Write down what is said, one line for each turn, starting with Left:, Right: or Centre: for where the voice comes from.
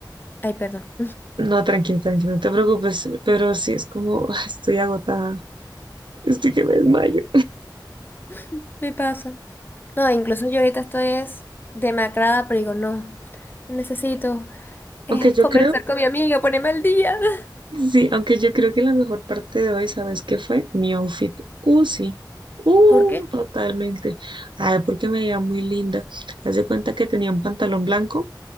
Left: Ay, perdón,
Right: no, tranquilo, tranquilo, no te preocupes, pero sí es como, ah, estoy agotada, estoy que me desmayo.
Left: <laughs> me pasa. No, incluso yo ahorita estoy es demacrada, pero digo, no, necesito eh,
Right: Aunque yo
Left: conversar
Right: creo,
Left: con mi amiga, ponerme al día. <laughs>
Right: sí, aunque yo creo que la mejor parte de hoy, ¿sabes qué fue? Mi outfit, uh, sí, uh,
Left: ¿Por qué?
Right: totalmente, ay, porque me veía muy linda, haz de cuenta que tenía un pantalón blanco